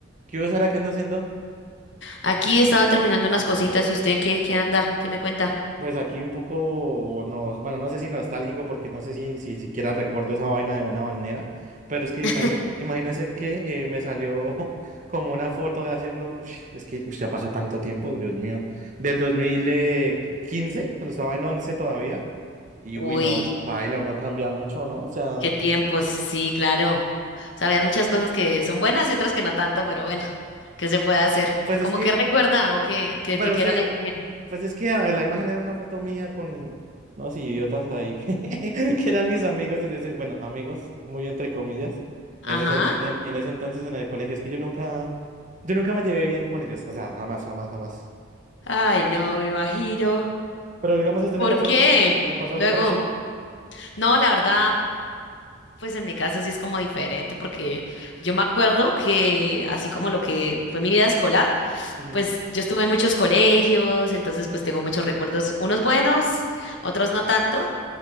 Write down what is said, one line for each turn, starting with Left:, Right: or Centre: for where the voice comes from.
Right: ¿Qué hubo, Sara? ¿Qué ando haciendo?
Left: Aquí estaba terminando unas cositas y usted qué, qué anda, qué me cuenta.
Right: Pues aquí un poco, nos, bueno, no sé si nostálgico, porque no sé si, si siquiera recuerdo esa vaina de buena manera, pero es que
Left: <laughs>
Right: imagine- imagínese que eh, me salió <laughs> como una foto de hace unos, ush, es que ush, ya pasó tanto tiempo, Dios mío, del dos mil quince cuando estaba en 11 todavía, y
Left: Uy,
Right: uy, no, baila, uno cambia mucho, ¿no? O sea,
Left: qué tiempos, sí, claro. O sea, habían muchas cosas que son buenas y otras que no tanto, pero bueno, ¿qué se puede hacer?
Right: pues es
Left: ¿Cómo
Right: que
Left: que recuerda o qué, que
Right: Pero
Left: de qué
Right: usted,
Left: era la imagen?
Right: pues es que ah, la imagen era una foto mía con unos idiotas ahí que, <laughs> que eran mis amigos en ese, bueno, amigos, muy entre comillas,
Left: Ajá.
Right: en ese, en, en- en ese entonces en el colegio. Es que yo nunca, yo nunca me llevé bien con ellos, o sea, jamás, jamás, jamás.
Left: Ay, no, me imagino.
Right: Pero digamos, ¿a usted
Left: ¿Por
Right: le pasó
Left: qué?
Right: algo, a- le pasó
Left: Luego,
Right: algo parecido?
Left: no, la verdad, pues en mi caso sí es como diferente, porque yo me acuerdo que así como lo que fue mi vida escolar,
Right: Ujú.
Left: pues yo estuve en muchos colegios, entonces pues tengo muchos recuerdos, unos buenos, otros no tanto,